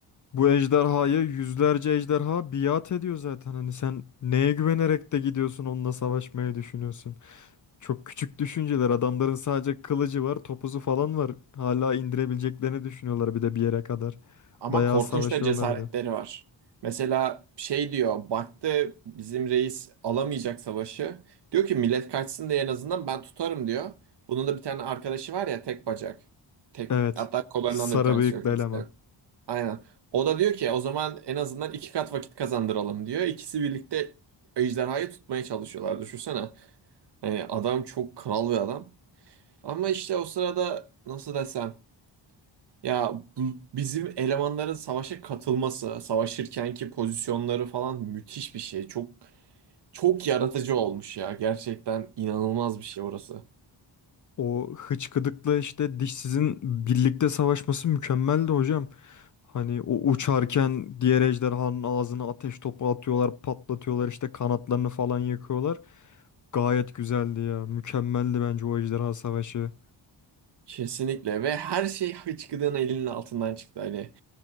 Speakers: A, on the left; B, on the right.
A: bu ejderhaya yüzlerce ejderha biat ediyor zaten. Hani sen neye güvenerek de gidiyorsun onunla savaşmaya düşünüyorsun. Çok küçük düşünceler. Adamların sadece kılıcı var, topuzu falan var. Hala indirebileceklerini düşünüyorlar bir de bir yere kadar.
B: Ama
A: Bayağı
B: korkunç
A: savaşıyorlardı.
B: da cesaretleri var. Mesela şey diyor, baktı bizim reis alamayacak savaşı. Diyor ki millet kaçsın diye en azından ben tutarım diyor. Bunun da bir tane arkadaşı var ya tek bacak. Tek,
A: Evet.
B: hatta kollarından
A: Sarı
B: da bir tanesi
A: bıyıklı
B: yok.
A: eleman.
B: Aynen. O da diyor ki o zaman en azından iki kat vakit kazandıralım diyor. İkisi birlikte ejderhayı tutmaya çalışıyorlar. Düşünsene. Yani adam çok kral bir adam. Ama işte o sırada nasıl desem ya bu- bizim elemanların savaşa katılması, savaşırkenki pozisyonları falan müthiş bir şey. Çok çok yaratıcı olmuş ya. Gerçekten inanılmaz bir şey orası.
A: O hıçkıdıkla işte dişsizin birlikte savaşması mükemmeldi hocam. Hani o uçarken diğer ejderhanın ağzına ateş topu atıyorlar, patlatıyorlar işte kanatlarını falan yakıyorlar. Gayet güzeldi ya. Mükemmeldi bence o ejderha savaşı.
B: Kesinlikle ve her şey hıçkırığın elinin altından çıktı Ali.